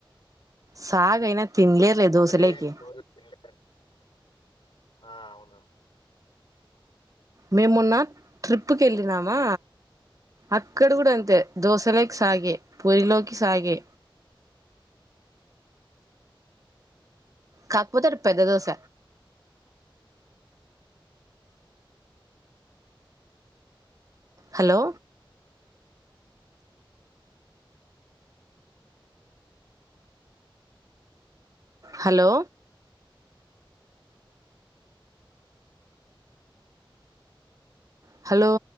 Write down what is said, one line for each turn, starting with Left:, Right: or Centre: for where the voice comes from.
Right: సాగు అయినా తినలేరులే దోసలేేకి
Left: ఒకటే రోజు తినలేరు ఆ అవున
Right: మేమున్న ట్రిప్కి ఎళ్ళినామా అక్కడ కూడా అంతే దోశలోకి సాగే పూరిలోకి సాగే కాకపోతే అది పెద్ద దోశ హలో హలో హలో